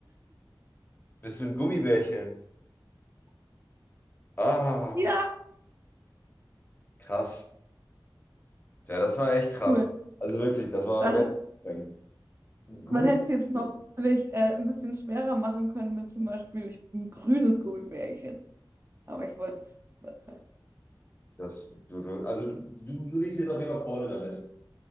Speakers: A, on the left; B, on the right.
A: Bist du ein Gummibärchen? Ah,
B: Ja,
A: krass. Ja, das war echt krass.
B: cool.
A: Also wirklich, das war
B: Da,
A: sehr anstrengend. Ein Gummi.
B: man hätte es jetzt noch natürlich, äh, ein bisschen schwerer machen können mit zum Beispiel, ich bin ein grünes Gummibärchen. Aber ich wollte es nicht übertreiben.
A: Das, du, du, also du, du liegst jetzt auf jeden Fall vorne damit.